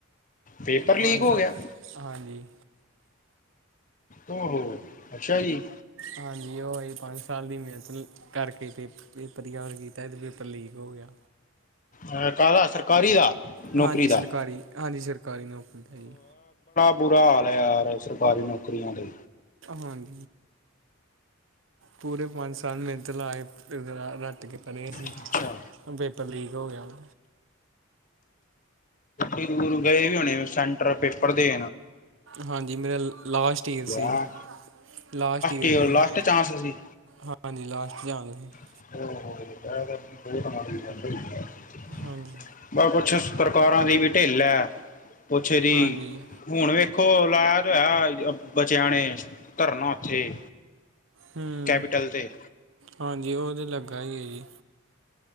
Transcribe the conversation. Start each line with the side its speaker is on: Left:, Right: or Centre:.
Left: ਪੇਪਰ
Right: ਪੰਜ
Left: ਲੀਕ ਹੋ
Right: ਸਾ,
Left: ਗਿਆ
Right: ਹਾਂਜੀ।
Left: ਓ ਹੋ, ਅੱਛਾ ਜੀ।
Right: ਹਾਂਜੀ, ਓ ਈ, ਪੰਜ ਸਾਲ ਦੀ ਮੇਨਤ ਕਰਕੇ ਪੇ ਪੇਪਰ ਯਾਦ ਕੀਤਾਏ ਤੇ ਪੇਪਰ ਲੀਕ ਹੋ ਗਿਆ।
Left: ਹੇ, ਕਾਦਾ ਸਰਕਾਰੀ ਦਾ? ਨੌਕਰੀ
Right: ਹਾਂਜੀ
Left: ਦਾ।
Right: ਸਰਕਾਰੀ ਹਾਂਜੀ ਸਰਕਾਰੀ ਨੌਕਰੀ ਦਾ ਜੀ
Left: ਬੁਰਾ ਹਾਲ ਐ ਯਾਰ, ਸਰਕਾਰੀ ਨੌਕਰੀਆਂ ਦੇ।
Right: ਹਨ। ਪੂਰੇ ਪੰਜ ਸਾਲ ਮੇਨਤ ਲਾਏ, ਰਾ ਰਾਟ ਕੇ ਪਰੇ ਸੀ।
Left: ਅੱਛਾ।
Right: ਹੁਨ ਪੇਪਰ ਲੀਕ ਹੋ ਗਿਆ ਉਨ।
Left: ਈਡੀ ਦੂਰ ਗਏ ਵੀ ਹੋਣੇ ਸੈਂਟਰ ਪੇਪਰ ਦੇ।
Right: ਹਾਂਜੀ, ਮੇਰਾ ਲ ਲਾਸਟ ਈਰ ਸੀ।
Left: ਹੈਂ,
Right: ਲਾਸਟ ਈਰ
Left: ਈਅਰ
Right: ਸੀ ਹੁੰ,
Left: ਲਾਸਟ ਚਾਂਸ ਸੀ
Right: ਹਾਂਜੀ ਲਾਸਟ <unintelligible>
Left: <unintelligible>
Right: ਹਾਂਜੀ।
Left: ਬਾ ਕੁਛ ਇਸ ਪ੍ਰਕਾਰਾਂ ਦੀ ਵੀ ਢਿੱਲ ਐ। ਕੁਛਦੀ
Right: ਹਾਂਜੀ
Left: ਹੁਨ ਵੇਖੋ ਲਾਇਆ ਤੇ ਹੋਇਆ ਅ ਬ ਬਚਿਆ ਨੇ, ਧਰਨਾ ਉੱਥੇ।
Right: ਹੁੰ,
Left: ਕੈਪੀਟਲ ਤੇ
Right: ਹਾਂਜੀ ਉਹ ਤੇ ਲੱਗਾ ਈ ਐ ਜੀ।